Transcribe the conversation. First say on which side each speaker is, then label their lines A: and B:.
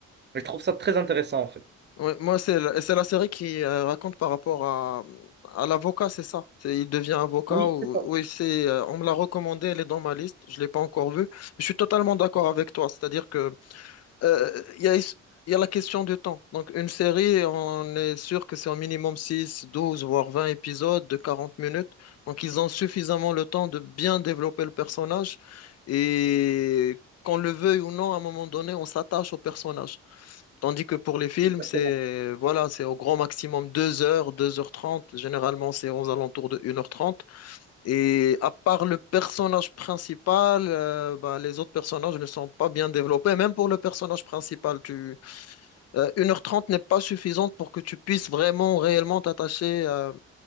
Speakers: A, on the right; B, on the left.
A: Je trouve ça très intéressant, en fait.
B: Oui. Moi, c'est la, c'est la série qui euh, raconte par rapport à, à l'avocat, c'est ça. C'est- Il devient avocat.
A: Oui,
B: Ou,
A: c'est ça.
B: oui, c'est, euh, on me l'a recommandé, elle est dans ma liste. Je ne l'ai pas encore vue. Je suis totalement d'accord avec toi. C'est-à-dire que Euh, Il y a, il y a la question du temps. Donc, une série, on est sûr que c'est au minimum 6 12 voire 20 épisodes de 40 minutes. Donc, ils ont suffisamment le temps de bien développer le personnage. Et qu'on le veuille ou non, à un moment donné, on s'attache au personnage. Tandis que pour les films,
A: Exactement.
B: c'est voilà, c'est au grand maximum deux heures, 2 heures trente Généralement, c'est aux alentours de une heure trente et à part le personnage principal, euh, ben, les autres personnages ne sont pas bien développés. Même pour le personnage principal, tu, euh, 1h30 n'est pas suffisante pour que tu puisses vraiment, réellement t'attacher euh,